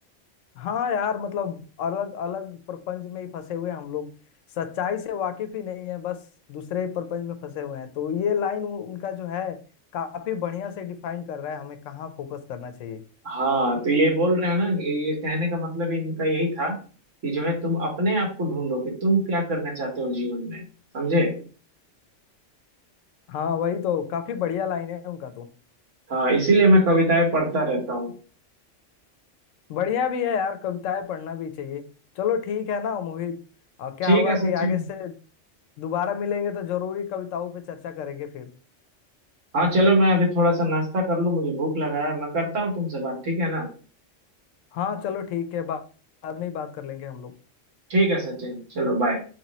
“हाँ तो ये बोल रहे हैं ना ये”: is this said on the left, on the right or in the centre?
Right